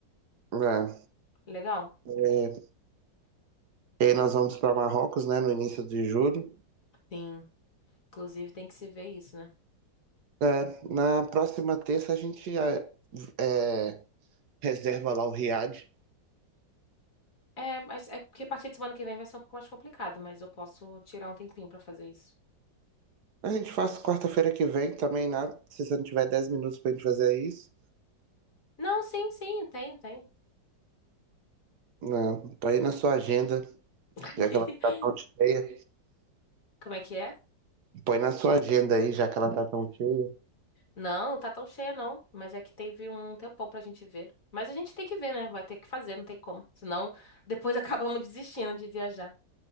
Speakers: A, on the right; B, on the left.
A: É,
B: Legal.
A: é, e aí nós vamos para Marrocos, né, no início de julho.
B: Sim. Inclusive tem que se ver isso, né?
A: É, na próxima terça a gente é, é, reserva lá o Riad
B: É, mas é porque a partir de semana que vem vai ser um pouco mais complicado, mas eu posso tirar um tempinho pra fazer isso.
A: A gente faz quarta-feira que vem também, nada. Se você não tiver 10 minutos pra gente fazer isso,
B: Não, sim, sim, tem, tem.
A: né? põe na sua agenda,
B: <laughs>
A: já que ela tá tão cheia.
B: Como é que é?
A: Põe na sua agenda aí, já que ela tá tão cheia.
B: Não, não tá tão cheia, não. Mas é que teve um tempão pra gente ver. Mas a gente tem que ver, né? Vai ter que fazer, não tem como. Senão, depois <laughs> acabamos desistindo de viajar.